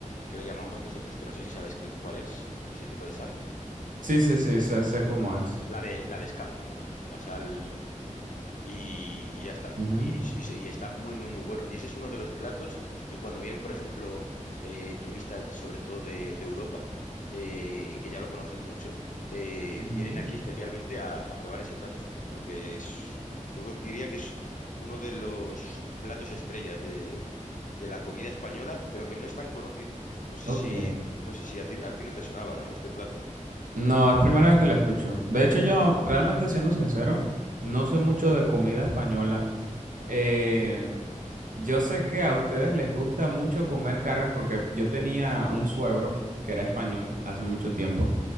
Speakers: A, on the left; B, on the right.
A: que le llamamos nosotros, que no sé si sabes qué, cuál es ese tipo de sal.
B: Sí, sí, sí, sé, sé
A: Mm.
B: cómo es.
A: La de, la de escamas, ¿no? La sal y, y ya está.
B: Ujú,
A: Y, y se- y está muy, muy, muy bueno. Y ese es uno de los platos que cuando vienen, por ejemplo, eh, turistas, de- sobre todo de, de Europa, eh, que ya lo conocen mucho, eh,
B: ujú.
A: vienen aquí especialmente a, a probar ese plato, porque es, yo diría que es uno de los platos estrellas de, de la comida española, pero que no es tan conocido. No sé
B: Ok.
A: si, no sé si a ti, a ti no te sonaba, ¿no? Este plato.
B: No, es primera vez que la escucho. De hecho, yo, realmente siendo sincero, no
A: ¿Mm?
B: sé mucho de comida española. Eh, yo sé que a ustedes les gusta mucho comer carne porque yo tenía un suegro que era
A: ¿Mm?
B: español hace mucho tiempo